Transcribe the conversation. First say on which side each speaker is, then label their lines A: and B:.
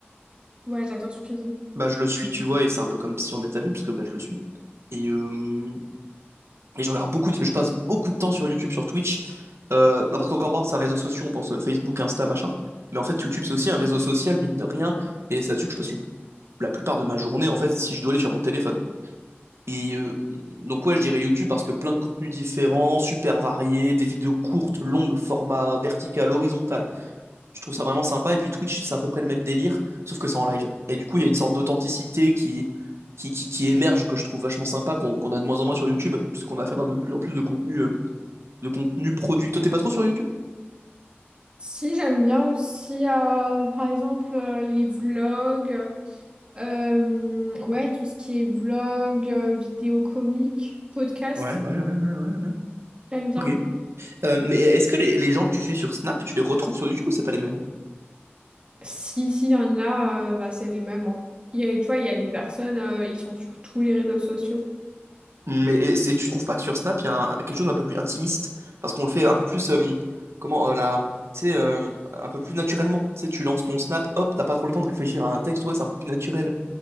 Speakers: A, on the right; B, on the right.
A: Ouais, j'adore Squeezie.
B: Bah je le suis, tu vois, et c'est un peu comme si on était amis, puisque bah, je le suis. Et euh, Et je regarde beaucoup, de- je passe beaucoup de temps sur YouTube, sur Twitch. Euh, parce qu'encore marre, c'est un réseau social, on pense euh, Facebook, Insta, machin. Mais en fait, YouTube, c'est aussi un réseau social, mine de rien. Et c'est là-dessus que je passe le- la plupart de ma journée, en fait, si je dois aller sur mon téléphone. Et euh, donc, ouais, je dirais YouTube parce que plein de contenus différents, super variés, des vidéos courtes, longues, format vertical, horizontal. Je trouve ça vraiment sympa. Et puis Twitch, c'est à peu près le même délire, sauf que c'est en live. Et du coup, il y a une sorte d'authenticité qui, qui, qui, qui émerge, que je trouve vachement sympa, qu'on qu'on a de moins en moins sur YouTube, puisqu'on a affaire à de plus en plus de contenu de contenu produit. Toi, t'es pas trop sur YouTube?
A: Si, j'aime bien aussi, euh, par exemple, euh, les vlogs. euh, ouais, tout ce qui est vlog, euh, vidéo comique, podcast.
B: Ouais, ouais, ouais, ouais, ouais, ouais.
A: J'aime bien.
B: Ok. Euh, mais est-ce que les, les gens que tu suis sur Snap, tu les retrouves sur YouTube ou c'est pas les mêmes?
A: Si, s'il y en a, euh, bah, c'est les mêmes. hein. Il y a, tu vois, il y a des personnes, euh, ils sont sur tous les réseaux sociaux.
B: Mais et, et tu trouves pas que sur Snap, il y a un- quelque chose d'un peu plus intimiste? Parce qu'on le fait un peu plus, euh, comment, euh, la, tu sais, euh, un peu plus naturellement. Tu sais, tu lances ton Snap, hop, t'as pas trop le temps de réfléchir à un texte, ouais, c'est un peu plus naturel.